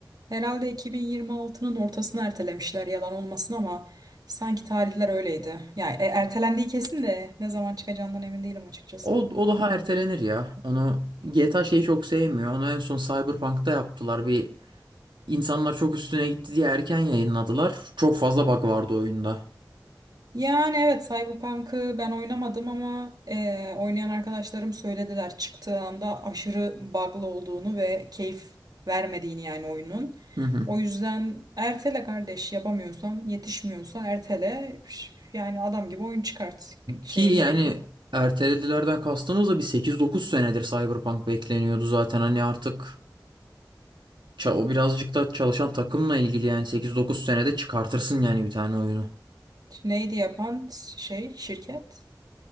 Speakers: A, on the right; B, on the right.
A: herhalde 2026'nın ortasına ertelemişler yalan olmasın ama sanki tarihler öyleydi. Yani e, ertelendiği kesin de ne zaman çıkacağından emin değilim açıkçası.
B: O, o daha ertelenir ya. Onu GTA şeyi çok sevmiyor. Onu en son Cyberpunk'ta yaptılar. Bir insanlar çok üstüne gitti diye erken yayınladılar. Çok fazla bug vardı oyunda.
A: Yani evet Cyberpunk'ı ben oynamadım ama e, oynayan arkadaşlarım söylediler çıktığı anda aşırı bug'lı olduğunu ve keyif vermediğini yani oyunun.
B: Hı hı.
A: O yüzden ertele kardeş yapamıyorsan yetişmiyorsa ertele yani adam gibi oyun çıkart şeye
B: Ki yani
A: gerek yok.
B: erteledilerden kastımız da bir 8-9 senedir Cyberpunk bekleniyordu zaten. Hani artık ça- o birazcık da çalışan takımla ilgili yani 8-9 senede çıkartırsın yani bir tane oyunu.
A: Neydi yapan şey şirket?